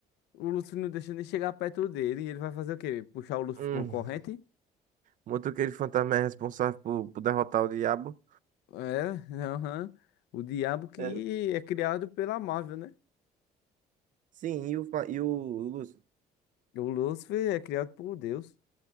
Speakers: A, on the left; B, on the right.
A: O Lúcio não deixa nem chegar perto dele. E Ele vai fazer o quê? Puxar o Lúcio
B: Hum,
A: com a corrente?
B: o Motoqueiro Fantasma é responsável por, por derrotar o diabo?
A: É, aham. O diabo que
B: Sério?
A: é criado pela Marvel, né?
B: Sim, e o, fa- e o, o Lúcio?
A: O Lúcifer é criado por Deus.